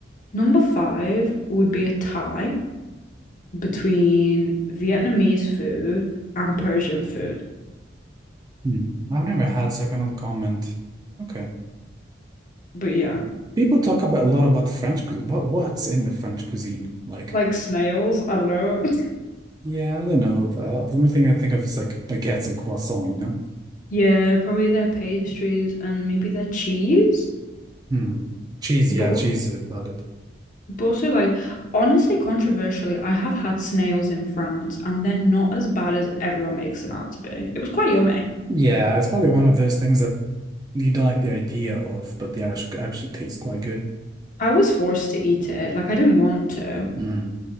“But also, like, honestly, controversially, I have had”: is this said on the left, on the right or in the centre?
Left